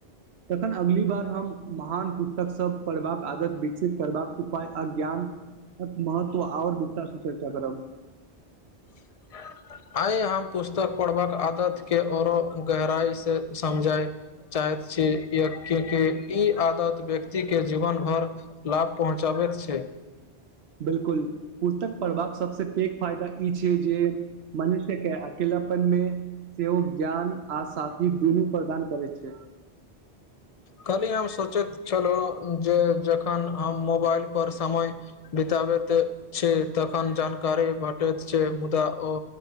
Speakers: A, on the right; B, on the left.
A: तखन अगली बार हम महान पुस्तक सब पढ़बाक आदत विकसित करबाक उपाय आ ज्ञान एक महत्व आऔर विशेष विषय प चर्चा करब
B: <inaudible> आइ हम पुस्तक पढ़बाक आदत के औरो गहराइ से समझाय चाहैत छी कियाकि कि ई आदत व्यक्ति के जीवन भर लाभ पहुँचाब बैत छै
A: बिल्कुल पुस्तक पढ़बाक सबसे पैघ फायदा ई छै जे मनुष्यके अकेल पन मे सेहो ज्ञान आ साथी दुनू प्रदान करैत छै
B: कल्हि हम सोचैत छलहुँ जे जखन हम मोबाइल पर समय बिता बैत छै तखन जानकारी भेटैत छै मुदा ओ